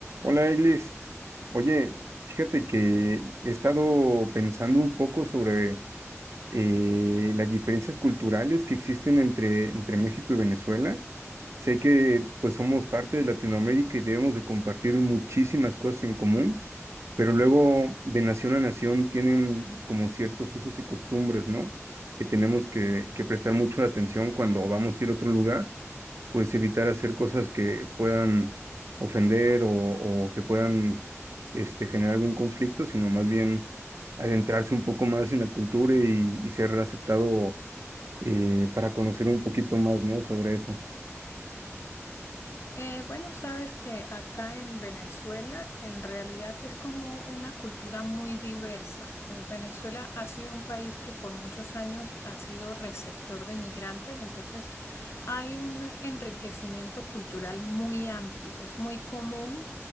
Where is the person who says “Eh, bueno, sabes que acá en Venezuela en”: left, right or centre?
Left